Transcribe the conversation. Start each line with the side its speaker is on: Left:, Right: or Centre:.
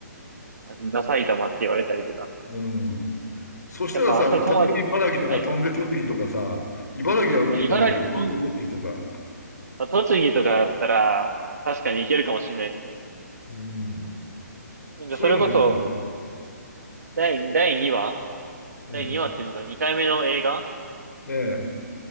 Right: う。なんだ埼玉って言われたりとか。
Left: うん。そしたらさ、
Right: やっぱあそこまでの、
Left: 飛んで茨城とか飛んで栃木とかさ、
Right: はい。
Left: 茨城は海になるけど、
Right: まあ、茨城、
Left: 飛んで栃木とか、
Right: まあ栃木とかだったら、確かに行けるかもしれないですね。
Left: うん。
Right: なんかそれこそ、
Left: そういうのもいいんじゃないかな。
Right: 第、第2話
Left: うん。
Right: 第2話っていうのが2回目の映画
Left: ねえ。